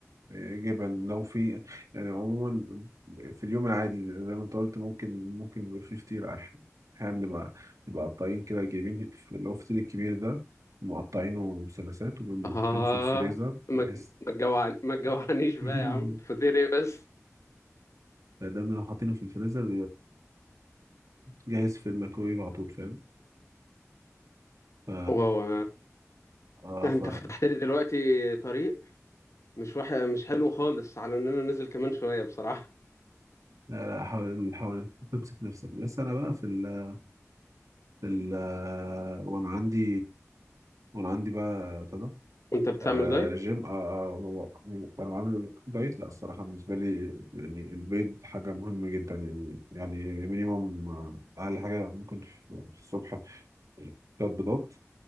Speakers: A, on the right; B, on the left.
A: آه، جبن لو في يعني عموما في اليوم العادي زي ما أنت قلت ممكن ممكن يبقى في فطير أح- أحيانا بنبقى بنبقى قطعين كده جايبين في- اللي هو الفطير الكبير ده مقطعينه مثلثات وبنبقى
B: آه
A: حاطينه في الفريزر
B: ما
A: بحيث
B: ما تجوعني ما تجوعنيش بقى
A: <laughs>
B: يا عم فطير إيه بس؟
A: فده بنبقى حاطينه في الفريزر جاهز في الميكرويف على طول فاهم ف
B: واو
A: اه
B: ده
A: ف
B: أنت
A: <laughs>
B: فتحت لي دلوقتي طريق مش واحد مش حلو خالص على إن أنا نزل كمان شوية بصراحة
A: لا لا حاول حاول تمسك نفسك بس انا بقى في ال في ال وانا عندي وانا عندي بقى ابتدى
B: أنت بتعمل
A: آه
B: دايت؟
A: جيم آه آه، وانا عامل دايت لا الصراحه بالنسبه لي يعني البيض حاجه مهمه جدا يعني يعني مينيموم آه، اقل حاجه ممكن في في الصبح ثلاث بيضات